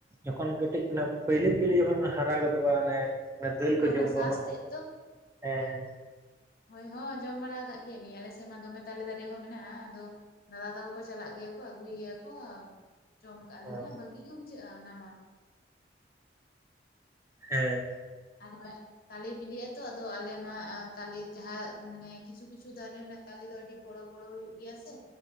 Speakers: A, on the right (about 15°); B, on the left (about 55°).
A: ᱡᱚᱠᱷᱚᱱ ᱠᱟᱹᱴᱤᱡ ᱚᱱᱟ ᱯᱟᱹᱭᱞᱟᱹ ᱯᱟᱹᱭᱞᱟᱹ ᱡᱚᱠᱷᱚᱱ ᱦᱟᱨᱟ ᱜᱚᱫᱚᱜᱼᱟ ᱚᱱᱮ ᱚᱱᱮ ᱫᱟᱹᱞ
B: ᱦᱳᱭ
A: ᱠᱚ
B: ᱚᱱᱟ
A: ᱡᱚᱢ ᱫᱚ
B: ᱥᱟᱥ
A: <unintelligible>
B: ᱛᱮᱫ
A: ᱦᱮᱸ ᱾
B: ᱦᱚᱭ ᱦᱚᱸ ᱡᱚᱢ ᱵᱟᱲᱟ ᱟᱠᱟᱫ ᱜᱮᱭᱟᱞᱤᱧ ᱟᱞᱮ ᱥᱮᱫ ᱢᱟ ᱫᱚᱢᱮ ᱛᱟᱞᱮ ᱫᱟᱨᱮ ᱠᱚ ᱢᱮᱱᱟᱜᱼᱟ ᱟᱫᱚ ᱫᱟᱫᱟ ᱛᱟᱠᱚ ᱠᱚ ᱪᱟᱞᱟᱜ ᱜᱮᱭᱟ ᱠᱚ ᱟᱹᱜᱩᱭ ᱜᱮᱭᱟ ᱠᱚ ᱡᱚᱢ ᱠᱟᱜ ᱟᱞᱤᱧ
A: ᱦᱮᱸ
B: ᱵᱷᱟᱹᱜᱤ ᱜᱮ ᱵᱩᱡᱷᱟᱹᱜᱼᱟ ᱚᱱᱟ ᱢᱟ ᱾
A: ᱦᱮᱸ
B: ᱟᱨ ᱦᱚᱜᱚᱭ ᱛᱟᱞᱮ ᱵᱤᱞᱤᱜ ᱟᱛᱚ ᱟᱫᱚ ᱟᱞᱮ ᱢᱟ ᱛᱟᱞᱮ ᱡᱟᱦᱟᱸ ᱢᱟᱱᱮ ᱠᱤᱪᱷᱩ ᱠᱤᱪᱷᱩ ᱫᱟᱨᱮ ᱨᱮᱱᱟᱜ ᱛᱟᱞᱮ ᱫᱚ ᱟᱹᱰᱤ ᱵᱚᱲᱚ ᱵᱚᱲᱚ ᱦᱩᱭᱩᱜ ᱜᱮᱭᱟ ᱥᱮ